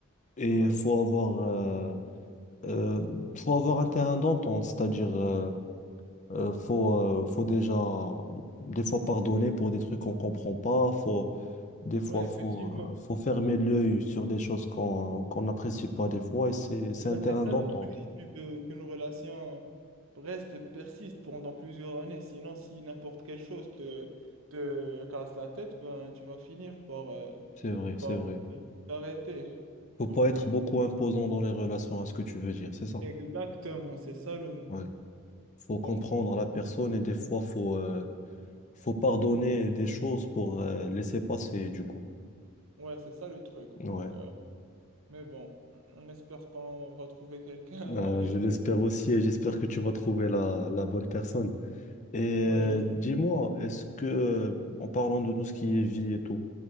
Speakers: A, on the left (about 35°); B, on the right (about 75°).
A: Et
B: ouais,
A: faut avoir, euh, euh, faut avoir un terrain d'entente, c'est-à-dire euh, euh, faut, euh, faut déjà des fois pardonner pour des trucs qu'on comprend pas. Faut, des fois,
B: ouais,
A: faut,
B: effectivement.
A: euh, faut fermer l'œil sur des choses qu'on qu'on n'apprécie pas des fois. Et c'est, c'est
B: Ben,
A: un terrain
B: c'est ça
A: d'entente.
B: le truc, si tu veux qu'une relation reste et persiste pendant plusieurs années. Sinon, si n'importe quelle chose te, te casse la tête, ben, tu vas finir par, euh,
A: C'est vrai, c'est
B: par
A: vrai.
B: t'arrêter.
A: Faut
B: Donc,
A: pas être
B: euh,
A: beaucoup imposant dans les relations, à ce que tu veux dire, c'est ça.
B: exactement, c'est ça le mot.
A: Ouais. Faut comprendre
B: Donc,
A: la personne et des fois, faut, euh, faut pardonner des choses pour euh, laisser passer, du coup.
B: euh, ouais, c'est ça le truc. Donc,
A: Ouais.
B: euh, mais bon, on espère qu'on va trouver quelqu'un
A: Euh,
B: <laughs> avec...
A: je l'espère aussi et j'espère que tu vas trouver la, la bonne personne. Et
B: Ouais,
A: euh,
B: je l'espère.
A: dis-moi, est-ce que, euh, en parlant de tout ce qui est vie et tout,